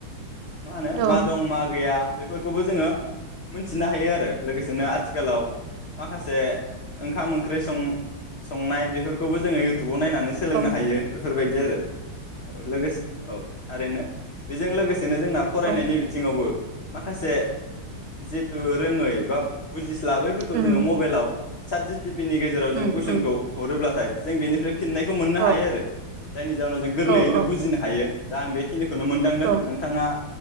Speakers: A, on the left; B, on the right.
A: मा होनो
B: औ
A: मा दं मा गैया बेफोरखौबो जोङो मोनथिनो हायो आरो लोगोसेनो आथिखालाव माखासे ओंखाम ओंख्रि सं संनाय बेफोरखौबो जोङो इउ टुबाव नायनानै सोलोंनो
B: औ
A: हायो। बेफोरबायदि आरो औ लोगोसे औ थारैनो बेजों लोगोसे बिदिनो जोंना फरायनायनि
B: औ
A: बिथिङावबो माखासे जिहेतु रोङै बा बुजिस लाबैफोरखौ
B: उम
A: जोङो मबाइलाव साथजित टि भि नि गेजेराव जों
B: उम
A: कुइसनखौ
B: उम
A: हरोब्लाथाय जों बेनिफ्राय फिननायखौ मोननो
B: औ
A: हायो आरो। जायनि जााहोनाव जों गोरलैयैनो
B: औ औ
A: बुजिनो हायो। दा आं बेखिनिखौ खौनो मोनदांदों
B: औ
A: नोंथाङा